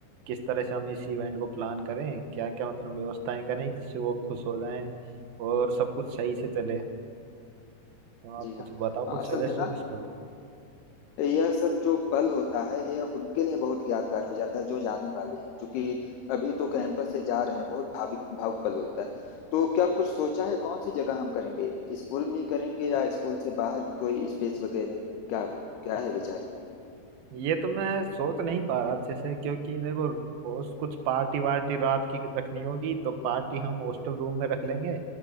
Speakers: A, on the right; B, on the left.
A: किस तरह से हम इस इवेंट को प्लान करें क्या क्या मतलब व्यवस्थाएं करें जिससे वो खुश हो जाएं और सब कुछ सही से चले तो आप
B: जी हाँ
A: कुछ बताओ कुछ
B: अ, असल
A: सजेस्ट
B: में ना
A: वजेस्ट करो
B: यह सब जो पल होता है यह उनके लिए बहुत यादगार हो जाता है जो जाने वाले हैं क्योंकि अभी तो कैंपस से जा रहे हैं बहुत भावुक भावुक पल होता है तो क्या कुछ सोचा है कौन सी जगह हम करेंगे इवेंट स्कूल में ही करेंगे या स्कूल से बाहर कोई स्पेस वगैरह क्या क्या है विचार
A: ये तो मैं सोच नहीं पा रहा अच्छे से क्योंकि देखो उस कुछ पार्टी वार्टी रात की रखनी होगी तो पार्टी हम हॉस्टल रूम में रख लेंगे